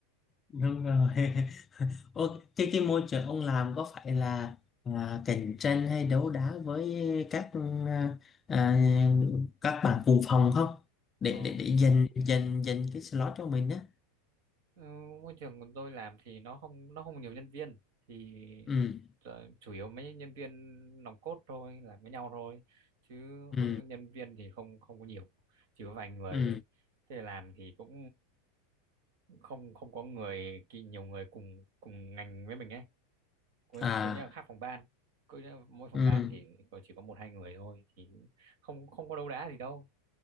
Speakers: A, on the left (about 25°); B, on the right (about 60°).
A: đúng rồi <laughs> Ô, thế cái môi trường ông làm có phải là à, cạnh tranh hay đấu đá với các à, à, các bạn cùng phòng không để
B: Ờ,
A: để để dành dành dành cái slot cho mình á
B: ừ, môi trường của tôi làm thì nó không nó không nhiều nhân viên thì
A: ừ
B: ờ, chủ yếu mấy nhân viên nòng cốt thôi làm với nhau thôi chứ
A: ừ
B: hơ- nhân viên thì không không có nhiều chỉ có vài người
A: ừ
B: thôi thế làm thì cũng không không có người ki- nhiều người cùng cùng ngành với mình ấy có,
A: à
B: có nhà khác phòng ban có nhà- mỗi phòng
A: ừ
B: ban thì có chỉ có một hai người thôi thì không không có đấu đá gì đâu